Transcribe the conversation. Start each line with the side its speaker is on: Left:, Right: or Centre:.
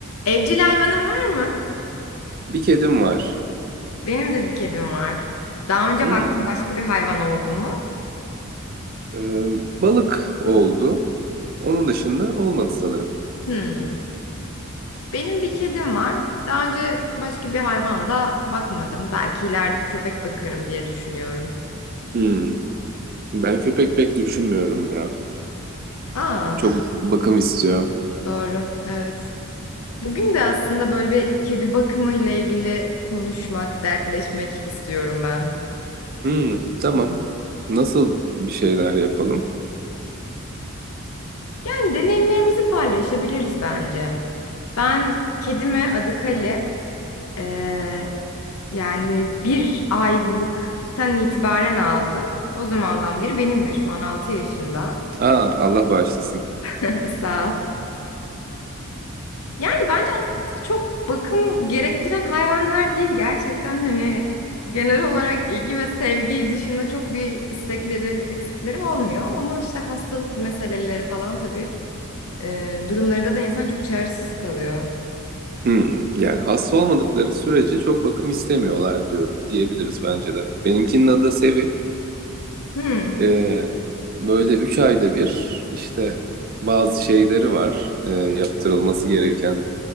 Left: Evcil hayvanın var mı?
Right: Bir kedim var.
Left: Benim de bir kedim var. Daha önce
Right: Hmm.
Left: baktın başka bir hayvan oldu mu?
Right: Ee, balık oldu. Onun dışında olmadı sanırım.
Left: Hmm. Benim bir kedim var. Daha önce başka bir hayvan da bakmadım. Belki ileride bir köpek bakarım diye düşünüyorum.
Right: Hmm. Ben köpek pek düşünmüyorum ya.
Left: Aa,
Right: Çok bakım istiyor.
Left: doğru. Evet. Bugün de aslında böyle bir kedi bakımı ile ilgili konuşmak, dertleşmek istiyorum ben.
Right: Hmm. Tamam. Nasıl bir şeyler yapalım?
Left: Yani deneyimlerimizi paylaşabiliriz bence. Ben kedime adı Kale. Ee, Yani bir aylıktan itibaren aldım. O zamandan beri benimle şu an 6 yaşında.
Right: Aa, Allah bağışlasın.
Left: <laughs> Sağ ol. Yani bence aslında çok bakım gerektiren hayvanlar değil. Gerçekten hani genel olarak ilgi ve sevgi dışında çok bir istekleri, eksikleri olmuyor. Ama işte hastalık meseleleri falan tabii e, durumlarında da insan çok çaresiz kalıyor.
Right: Hmm. Yani hasta olmadıkları sürece çok bakım istemiyorlar diyor diyebiliriz bence de. Benimkinin adı da Sevi.
Left: Hmm.
Right: Ee, böyle üç ayda bir işte bazı şeyleri var e, yaptırılması gereken.